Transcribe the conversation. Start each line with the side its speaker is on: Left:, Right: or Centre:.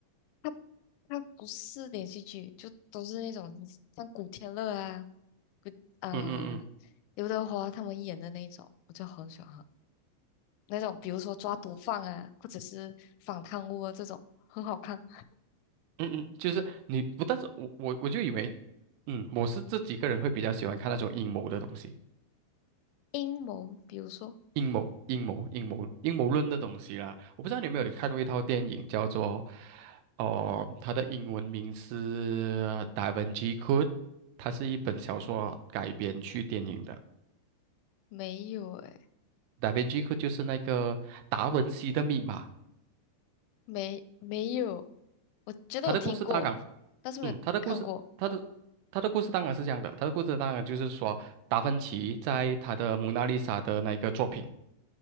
Left: 它它不是连续剧，就都是那种像古天乐啊，古呃
Right: 嗯嗯嗯
Left: 刘德华他们演的那种，我就很喜欢看那种，比如说抓毒贩啊，或者是反贪污啊这种，很好看。
Right: 嗯嗯，就是你不，但是我我我就以为，嗯，我是这几个人会比较喜欢看那种阴谋的东西，
Left: 阴谋，比如说
Right: 阴谋阴谋阴谋阴谋论的东西啦。我不知道你有没有看过一套电影叫做，哦、它的英文名是《Da v i n c Code》，它是一本小说改编去电影的，
Left: 没有诶，
Right: 《Da v i n c Code》就是那个达文西的密码。
Left: 没没有，我觉得我听过，
Right: 他的故事大纲
Left: 但是没有看过。
Right: 嗯，他的故事，他的他的故事当然是这样的，他的故事当然就是说，达芬奇在他的《蒙娜丽莎》的那个作品